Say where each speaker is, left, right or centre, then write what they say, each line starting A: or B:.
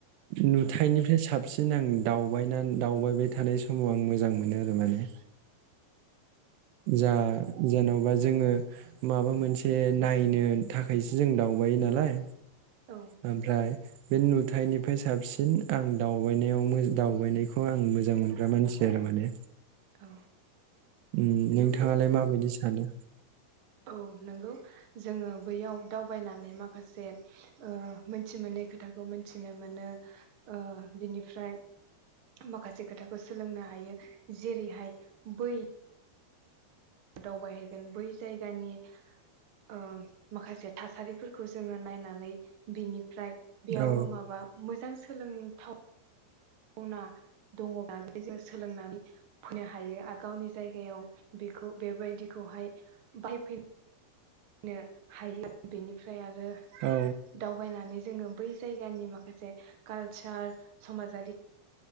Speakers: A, on the right; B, on the right.
A: नुथायनिफ्राय
B: औ
A: साबसि <unintelligible> दावबायनान दावबाय बाय थानाय समाव आं मोजां मोनो आरो माने जा जेन' बा जोङो माबा मोनसे नायनो थाखायसो जों दावबायो नालाय
B: औ
A: ओमफ्राय बे नुथायनिफाय साबसिन आं दावबायनायाव मो दावबायनायखौ आं मोजां मोनग्रा मानसि आरो माने
B: औ
A: उम नोंथाङालाय
B: नंगौ
A: माबायदि सानो?
B: औ नोंगौ जोङो बैयाव दावबायनानै माखासे ओ मोनथि मोनै खोथाखौ मोनथिनो मोनो ओ बिनिफ्राय माखासे खोथाखौ सोलोंनो हायो जेरैहाय बै दावबायहैगोन बै जायगानि ओ माखासे थासारिफोर खौ जोङो नायनानै बिनिफ्राय बेयावो
A: औ
B: माबा मोजां सोलों थाव वना दङबा बे जों सोलोंनानै फैनो हायो आ गावनि जायगायाव बिखौ बेबायदिखौहाय बायफै नो हायो आ बेनिफ्राय आर रो
A: औ
B: दावबायनानै जोङो बै जायगानि माखासे कालचार समाजारि